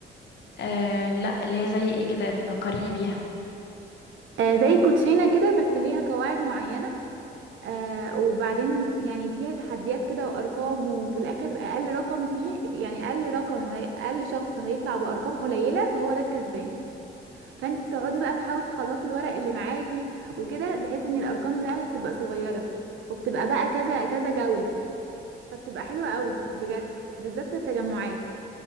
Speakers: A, on the left (about 60°); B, on the right (about 75°).
A: آه لا اللي هي زي ايه كده فكريني بيها
B: آه زي كوتشينة كده بس ليها قواعد معينة آه وبعدين يعني فيها تحديات كده وأرقام وفي الآخر أقل رقم فيه يعني أقل رقم هي أقل شخص هيطلع بأرقام قليلة فهو ده الكسبان فانتي بتقعدي بقى تحاولي تخلصي الورق اللي معاكي وكده بحيث ان الأرقام بتاعتك تبقى صغيرة وبتبقى بقى كذا كذا جولة فبتبقى حلوة قوي بجد بالذات في التجمعات